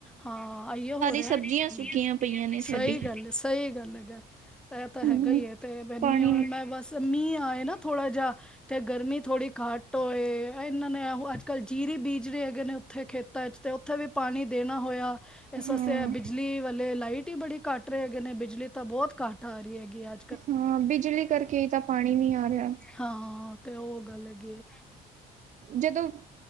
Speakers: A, in the centre; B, on the right.
A: ਹਾਂ ਆਈਏ ਹੋ ਰਿਹਾ।
B: ਸਬਜ਼ੀਆਂ
A: ਸਾਰੀ ਸਬਜੀ
B: ਸੁੱਕੀਆਂ ਪਈਆਂ ਨੇ
A: ਸਹੀ
B: ਸਾਡੀ।
A: ਗੱਲ ਏ, ਸਹੀ ਗੱਲ ਹੈਗਾ, ਇਹ ਤਾਂ
B: ਹੂੰ।
A: ਹੈਗਾ ਹੀ ਹੈ ਤੇ ਵੈਨੀ
B: ਪਾਣੀ
A: ਹਾਂ ਹੁਣ ਮੈਂ ਬਸ ਤੇ ਮੀਂਹ ਆਏ ਨਾ ਥੋੜਾ ਜਿਹਾ, ਤੇ ਗਰਮੀ ਥੋੜੀ ਘਟ ਹੋਏ, ਇਹਨਾਂ ਨੇ ਐਹੋ ਅੱਜ ਕੱਲ੍ਹ ਜੀਰੀ ਬੀਜ ਰੇ ਹੈਗੇ ਨ ਉੱਥੇ ਖੇਤਾਂ ਚ ਤੇ ਉੱਥੇ ਵੀ ਪਾਨੀ ਦੇਣਾ ਹੋਯਾ ਇਸ
B: ਹਾਂ,
A: ਵਾਸਤੇ ਐ ਬਿਜਲੀ ਵਾਲੇ ਲਾਈਟ ਈ ਬੜੀ ਕਟ ਰੇ ਹੈਗੇ ਨੇ, ਬਿਜਲੀ ਤਾਂ ਬੋਹਤ ਘੱਟ ਆ ਰਈ ਹੈਗੀ ਆ
B: ਹਾਂ, ਬਿਜਲੀ ਕਰਕੇ ਈ ਤਾਂ ਪਾਨੀ ਨੀ ਆ ਰੇਆ
A: ਹਾਂ ਤੇ ਓ ਗੱਲ ਹੈਗੀ ਏ।
B: ਜਦੋਂ